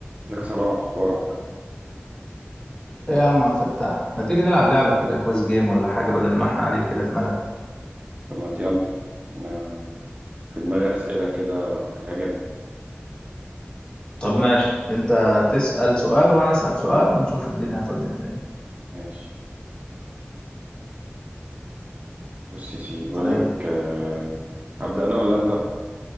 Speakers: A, on the right (about 35°); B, on the left (about 20°).
A: ازيك يا صلاح اخبارك
B: ايه يا عم عبد الفتاح ما تيجي نلعب لعبة كده كويس جيم ولا حاجة بدل ما احنا قاعدين كده في ملل
A: طب ما يلا انا في دماغي اسئله كده هتعجبك
B: طب ماشي انت تسأل سؤال وانا أسأل سؤال ونشوف الدنيا هتودينا فين
A: ماشي بص يا سيدي بقول
B: طيب
A: لك آه، هبدا انا ولا انت